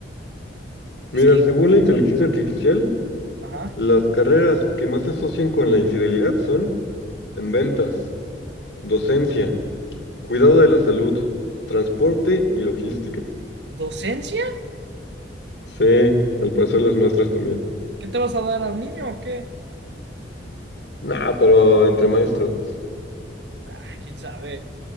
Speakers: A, on the right; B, on the left.
A: Es
B: Mira,
A: que,
B: según la inteligencia artificial,
A: ajá.
B: las carreras que más se asocian con la infidelidad son en ventas, docencia, cuidado de la salud, transporte y logística.
A: ¿Docencia?
B: Sí, al parecer las maestras también.
A: ¿Qué te vas a dar a un niño o qué?
B: Nah, pero entre maestros.
A: Ah, quién sabe.